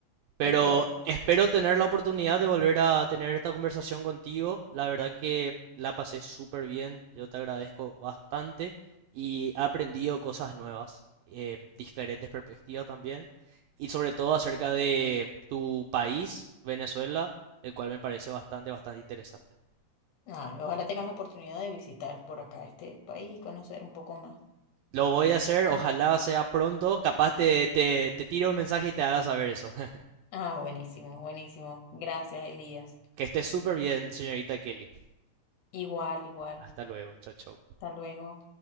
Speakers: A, on the right; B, on the left.
A: Pero
B: es correcto.
A: espero tener la oportunidad de volver a tener esta conversación contigo. La verdad que la pasé súper bien. Yo te agradezco bastante y he aprendido cosas nuevas, eh, diferentes perspectivas también. Y sobre todo acerca de tu país, Venezuela, el cual me parece bastante, bastante interesante.
B: Ah, y ojalá tengas la oportunidad de visitar por acá este país y conocer un poco más.
A: Lo voy a hacer, ojalá sea pronto. Capaz te, te, te tiro un mensaje y te haga saber eso. <laughs>
B: Ah, buenísimo, buenísimo. Gracias, Elías.
A: Que estés súper bien, señorita Kelly.
B: Igual, igual.
A: Hasta luego. Chao, chao.
B: Hasta luego.